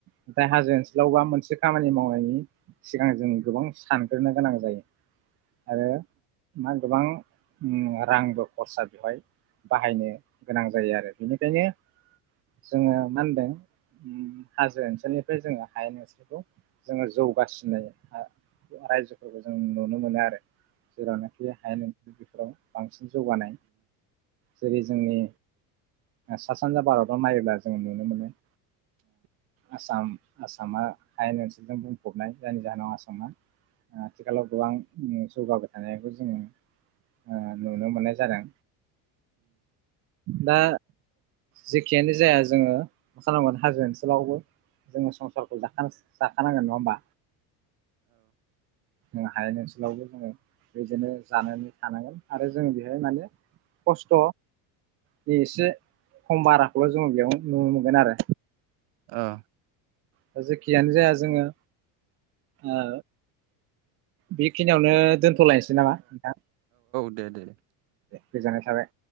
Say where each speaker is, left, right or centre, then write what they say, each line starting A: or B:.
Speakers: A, on the right; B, on the right.
A: ओम दा हाजो ओनसोलावबा मोनसे खामानि मावनायनि सिगां जों गोबां सानग्रोनो गोनां जायो आरो मा गोबां उम रांबो खरसा बेवहाय बाहायनो गोनां जायो आरो बेनिखायनो जोङो मा होनदों उम हाजो ओनसोलनिफ्राय जोङो हायेन ओनसोलखौ जोङो जौगासिनाय हा रायजोफोरखौ जों नुनो मोनो आरो जेरावनाखि हायेन बेफोराव बांसिन जौगानाय जेरै जोंनि सा सानजा भारताव नायोब्ला जोङो नुनो मोनो
B: <inaudible>
A: आसाम आसामा हायेन ओनसोलजों बुंफबनाय जायनि जाहोनाव आसामा आथिखालाव गोबां जौगाबाय थानायखौ जोङो ओ नुनो मोननाय जादों दा जेखियानो जाया जोंङो मा खालामगोन? <unintelligible> <unintelligible> जोंङो संसारखौ जाखास जाखानांगोन नंङा होमबा? जों हायेन ओनसोलावबो जोंङो बेदिनो जानानै थानांगोन आरो जों बेहाय माने खस्थ' बे एसे खम बाराखौल' जोंङ बेयाव नुनो मोनगोन आरो।
B: ओं।
A: दा जेखियानो जाया जोंङो ओ बेखिनियावनो दोनथ'लायनोसै नामा नोंथां?
B: दे दे
A: गोजानाय थाबाय।